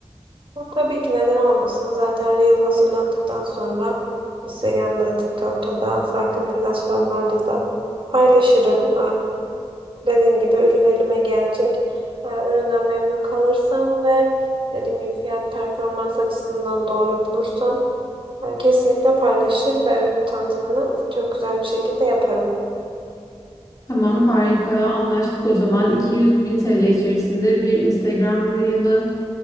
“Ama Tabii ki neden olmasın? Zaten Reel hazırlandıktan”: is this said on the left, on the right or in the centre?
Right